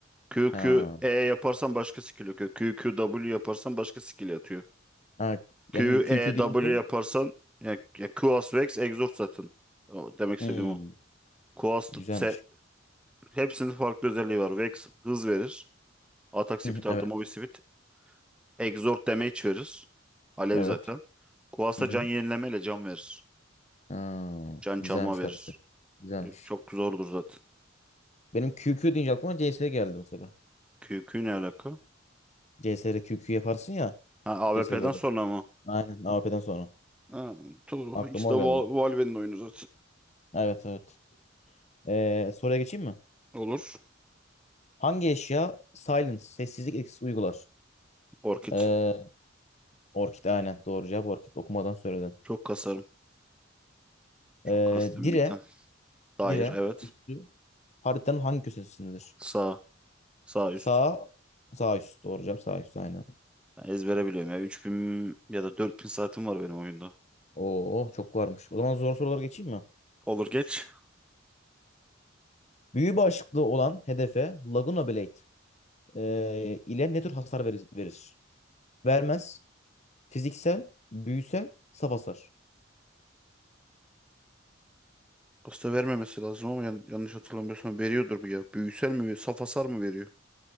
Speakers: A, in the centre; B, on the left (about 35°).
A: Q, Q,
B: Ha.
A: E yaparsan başka skill yok. Q, Q, W yaparsan başka skill atıyor.
B: Ha, benim
A: Q,
B: QQ
A: E,
B: deyince
A: W yaparsan yani, ya Quas, Vex, Exhaust zaten. O, demek istediğim
B: hmm,
A: o. Quas,
B: güzelmiş.
A: se, hepsinin farklı özelliği var. Vex hız verir. Atak speed
B: Hı hı, Evet.
A: artı movie speed. Exhaust damage verir. Alev
B: Evet.
A: zaten. Quas
B: Hı
A: da
B: hı.
A: can yenilemeyle can verir.
B: Ha,
A: Can
B: güzelmiş
A: çalma verir.
B: karakter. Güzelmiş.
A: Çok zordur zaten.
B: Benim QQ deyince aklıma CS geldi mesela.
A: Q, Q ne alaka?
B: CS'de QQ yaparsın ya
A: Ha, AWP'den
B: CS:GO'da.
A: sonra mı?
B: Aynen AWP'den sonra.
A: Ha, tu-
B: Aklıma
A: ikisi de
B: o
A: Val-
B: geldi.
A: Valve'nin oyunu zaten.
B: Evet evet. Ee, soruya geçeyim mi?
A: Olur.
B: Hangi eşya silence, sessizlik etkisi uygular?
A: Orkid.
B: Ee, orkid aynen doğru cevap orkid okumadan söyledin.
A: Çok kasarım. Çok
B: Ee,
A: kastım
B: dire,
A: bir item. Dair
B: dire
A: evet.
B: üstü haritanın hangi köşesindedir?
A: Sağ. Sağ üst.
B: Sağ. Sağ üst. Doğru cevap sağ üst aynen.
A: Ben ezbere biliyorum ya. 3000 ya da 4000 saatim var benim oyunda.
B: Oo çok varmış. O zaman zor sorulara geçeyim mi?
A: Olur geç.
B: Büyü başlıklı olan hedefe Laguna Blade e, ile ne tür hasar verir? verir? Vermez. Fiziksel, büyüsel, saf hasar.
A: Aslında vermemesi lazım ama yan- yanlış hatırlamıyorsam veriyordur bu ya. Büyüsel mi veriyor? Saf hasar mı veriyor?